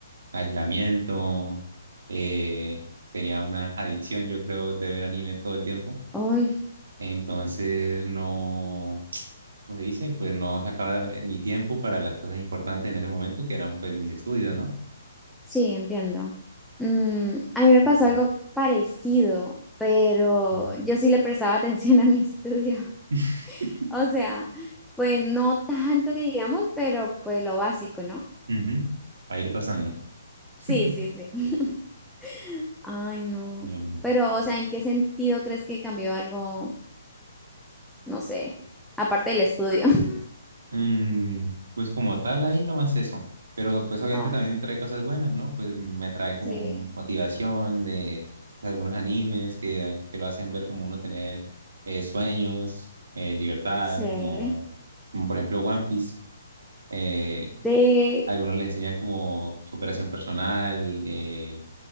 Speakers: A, on the right; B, in the centre.
A: aislamiento, eh, tenía una adicción yo creo de ver anime todo el tiempo,
B: Ay,
A: entonces no, como se dice? Pues no sacaba eh, mi tiempo para las cosas importantes en ese momento, que eran pues mis estudios, ¿no?
B: Sí, entiendo. Mm, a mí me pasó
A: Pues,
B: algo parecido, pero
A: ujú.
B: yo sí le prestaba <laughs> atención a mi estudio. <laughs>
A: <laughs>
B: O sea, pues no tanto que digamos, pero pues lo básico, ¿no?
A: Ujú. Va a ir pasando.
B: Sí,
A: <laughs>
B: sí, sí. <laughs> Ay, no.
A: Mm,
B: Pero, o sea, ¿en qué sentido crees que cambió algo, no sé, aparte del estudio? <laughs>
A: mm, pues como tal, ahí nomás eso. Pero pues obviamente
B: Oh,
A: también trae cosas buenas, ¿no? Pues me trae como
B: sí,
A: motivación de, algunos animes que, que lo hacen ver como uno tener eh, sueños, eh, libertad,
B: sí,
A: como, como por ejemplo One Piece. Eh,
B: sí,
A: algunos le enseñan como superación personal, eh,